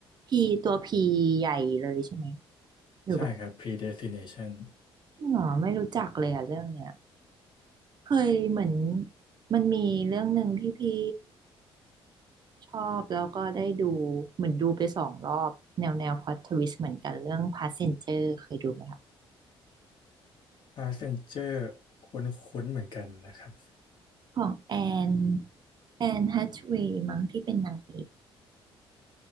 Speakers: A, on the right; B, on the left.
A: พีตัวพีใหญ่เลยใช่ไหมหรือว่า
B: ใช่ครับ Predestination
A: จริงเหรอไม่รู้จักเลยอะเรื่องเนี้ยเคยเหมือนมันมีเรื่องหนึ่งที่พี่ชอบแล้วก็ได้ดูเหมือนดูไปสองรอบแนวแนวพล็อตทวิสต์เหมือนกันเรื่อง Passenger เคยดูไหมคะ
B: Passenger คุ้นๆเหมือนกันนะครับ
A: ของแอนแอนแฮทเวย์มั้งที่เป็นนางเอก